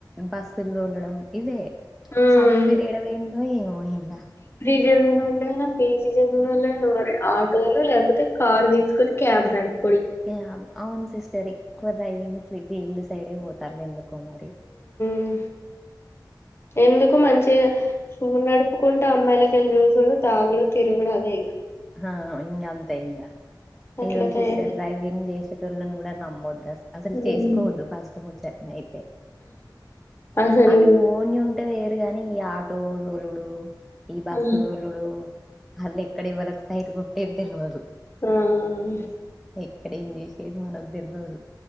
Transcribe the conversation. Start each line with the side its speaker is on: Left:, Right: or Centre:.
Centre: బస్సుల్దోడడం ఇవే
Left: మ్మ్
Centre: సాఫ్ట్వేర్ ఏడవోయిందో ఏమో ఇంగా
Left: నోళ్ళైనా పిజి చదివినోళ్ళైనా ఎవరైనా ఆటోలు లేపోతే కార్ తీస్కుని క్యాబ్ నడ్ప్
Centre: త్తే ఆగు ఔన్ సిస్టరీ ఎక్కువ డ్రైవింగ్ ఫీ-ఫీల్డ్ సైడే వోతార్రు ఎందుకో మరి
Left: హ్మ్ ఎందుకు మంచిగా సూనడుపుకుంటా అమ్మాయిలకెల్ జూసుడు తాగుడు తిరుగుడు అదే ఇగ
Centre: హ ఇంగంతే ఇంగా నిజం
Left: అట్లా తయారై
Centre: సిస్టర్ డ్రైవింగ్ జేసెటోళ్లని గుడా నమ్ నమ్మెద్ అస్ అసల్
Left: ఉమ్
Centre: చేస్కోద్దు ఫస్ట్ ముచైట్నైతే
Left: అసలు
Centre: అంటే ఓన్ యుంటే వేర్ గాని ఈ ఆటో దోలుడు ఈ బస్సు
Left: ఆ
Centre: దోలుడు హల్లే ఎక్కడి ఎవలికి సైట్ గొట్టెద్దెల్వదు
Left: హ్మ్మ్
Centre: ఎక్కడేం జేసేద్ మనకి తెల్వదు